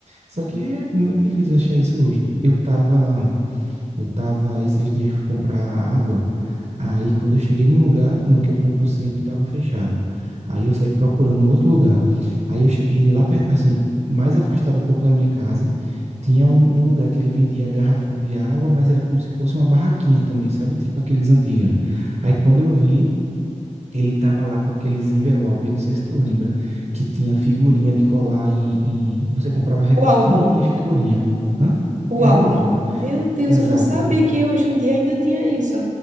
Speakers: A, on the right (about 60°); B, on the right (about 75°).
A: Só que é muito difícil achar isso hoje. Eu tava, eu tava esses dias fui comprar água, aí quando eu cheguei num lugar, no que eu compro sempre, estava fechado. Aí eu saí procurando outro lugar. Aí eu cheguei lá, per- assim, mais afastado um pouco da minha casa, tinha um, um lugar que ele vendia garrafão de água, mas era como se fosse uma barraquinha também, sabe? Tipo aqueles antigos. Aí quando eu vi, ele tava lá com aqueles envelopes, não sei se tu lembra, que tinha figurinha de colar em, em- Você comprava a revistinha
B: O álbum.
A: e tinha as figurinhas. Hã?
B: O
A: Era
B: álbum.
A: um álbum.
B: Meu Deus,
A: Exato.
B: eu não sabia que hoje em dia ainda tinha isso.